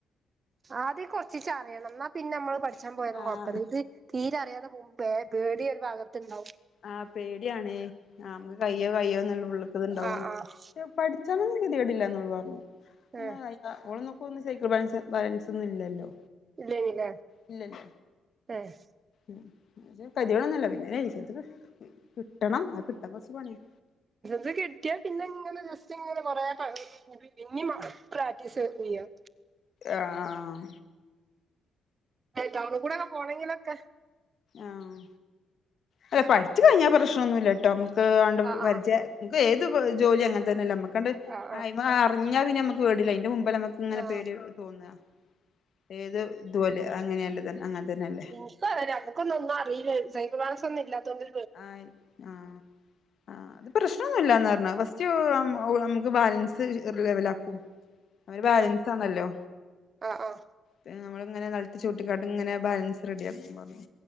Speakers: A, on the right; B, on the left.
A: ആത് കൊറച്ചച്ച് അറിയണം എന്നാ പിന്നെ നമ്മള് പഠിച്ചാൻ പോയത്
B: ആഹ്
A: കൊപ്പ ഇത് തീര അറിയാതെ പോവുമ്പേ പേടിയ ഒരു ഭാഗത്തുണ്ടാവും
B: ആഹ് പേടിയാണേ ആഹ് നമുക്ക് കയ്യോ കയ്യോ നല്ല ഉള്ളക്കത്ണ്ടാവും
A: ആഹ് ആഹ്
B: പഠിച്ചാന്നൊന്നും കെതേടില്ല എന്ന ഓള് പറഞ്ഞു
A: ഏഹ്
B: ആ ഓൾകൊന്നും നോക്കന്ന് സൈക്കിൾ ബാലൻസ് ബാലൻസ് ഒന്ന ഇല്ലല്ലോ
A: ഇല്ല ഇല്ല
B: ഇല്ല ഇല്ല
A: ആഹ്
B: ഉം കതിവണൊന്നുംല്ല പിന്നെത് കിട്ടണം അത് കിട്ടാൻ കൊറച്ചു പണിയാ
A: ത് കിട്ടിയ പിന്നെ ഇങ്ങനെ ജസ്റ്റ് ഇങ്ങനെ കൊറേ പിന്നെം പ്രാക്ടീസ് ചെയ്യാം
B: ആഹ്
A: ടൗണിക്കൂടൊക്കെ പോണങ്കിലൊക്കെ
B: ആഹ് അല്ല പഠിച്ചു കഴിഞ്ഞാ പ്രശ്നൊന്നുല്ലാട്ടോ നമ്മക്ക് അണ്ട്
A: ആഹ്
B: പരിജയ
A: ആഹ്
B: നമ്മക്ക് ഏത് ജോലി അങ്ങനെ തന്നെയല്ലേ നമ്മക്കണ്ട്
A: ആഹ് ആഹ്
B: അയ്മ അറിഞ്ഞാൽ പിന്നെ നമ്മക്ക് പേടില്ല അയിന്റെ മുമ്പിലങ്ങ് ഇങ്ങനെ
A: ആഹ്
B: പേടി തോന്നുവാ ഏത് ഇതുവലെ അങ്ങനെയല്ലന്നെ അങ്ങനെ തന്നെയല്ലേ.
A: ഒക്കെ അതന്നെ അമക്കൊന്നും അറീല്ല സൈക്കിൾ ബാലൻസ്സൊന്നും ഇല്ലാത്തോണ്ട്.
B: ആഹ് ആഹ്. ആഹ് അത് പ്രശ്നൊന്നുല്ലാന്നാ പറഞ്ഞെ ഫസ്റ്റ് നമുക്ക് ബാലൻസ് ലെവലാക്കും. അവര് ബാലൻസ്
A: ഏഹ്
B: തന്നല്ലോ
A: ആഹ് ആഹ്
B: അത് നമ്മള് ഇങ്ങനെ കളി ച്ചൂട്ടിക്കാണ്ട് ഇങ്ങനെ ബാലൻസ് റെഡി ആക്കും പറഞ്ഞു.